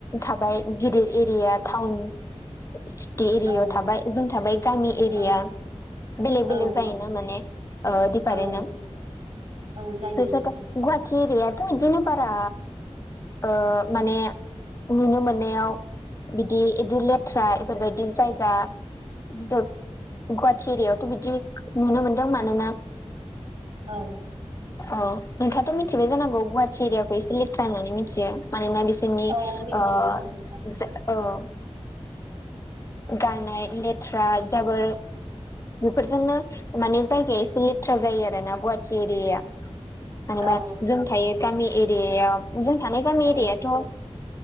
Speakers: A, on the left; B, on the right.
A: थाबाय गिदिर एरिया टाउन सिटि एरियाव
B: औ
A: थाबाय जों थाबाय गामि एरिया
B: औ
A: या बेलेक
B: औ
A: बेलेक जायोना
B: औ
A: माने फारेन्ट
B: औ औ जायो
A: बेसेथ'
B: नोंथां
A: गुहाटि एरियाथ'दिनो बारा ओ माने नुनो मोननायाव बिदि इदि लेथ्रा बेफोरबायदि जायगा <unintelligible> गुवाहाटि एरिआवथ' बिदि नुनो मोन्दों मानोना
B: औ
A: औ नोंथाङाथ' मिथिबाय जानांगौ गुवाहाटि एरियाखौ इसे लेथ्रा होननानै मिथियो मानोना बिसोर जोंनि
B: औ मिथिगौ
A: ओ <unintelligible>
B: नोंथां
A: औ गारनाय लेथ्रा जाबोर बेफोरजोंनो माने जायगाया एसे ल लेथ्रा जायो आरो ना गुवाहाटि एरियाया मेनबा
B: औ
A: जों थायो गामि एरियायाव जों थानाय गामि
B: औ
A: एरियााथ'